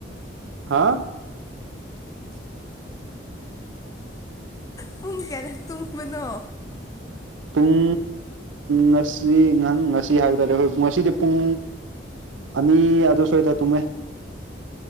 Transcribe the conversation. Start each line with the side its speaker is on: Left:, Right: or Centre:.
Right: ꯍꯥ <inaudible>
Left: ꯄꯨꯡ ꯀꯌꯥꯗ ꯇꯨꯝꯕꯅꯣ
Right: ꯄꯨꯡ ꯉꯁꯤ ꯉꯁꯤ ꯍꯥꯏꯕ ꯇꯥꯔꯦ ꯑꯩꯈꯣꯏ ꯉꯁꯤꯗꯤ ꯄꯨꯡ ꯑꯅꯤ ꯑꯗꯨ ꯁꯋ꯭ꯥꯏꯗ ꯇꯨꯝꯃꯦ